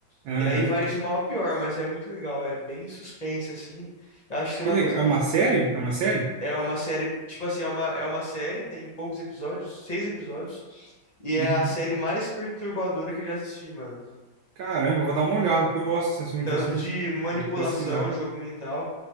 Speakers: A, on the right; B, on the left.
A: Aham.
B: e aí vai de mal a pior, mas é muito legal, é bem suspense assim. Eu acho que você
A: Que
B: vai
A: legal.
B: gostar
A: É uma
B: dessa
A: série? É uma série?
B: é uma série, tipo assim, é uma, é uma série, tem poucos episódios, seis episódios, e é
A: Uhum.
B: a série mais perturbadora que eu já assisti, mano.
A: Caramba, eu vou dar
B: De-
A: uma olhada, porque eu gosto desse assunto
B: Tanto
A: assim.
B: de manipulação,
A: Eu Vou pesquisar.
B: jogo mental,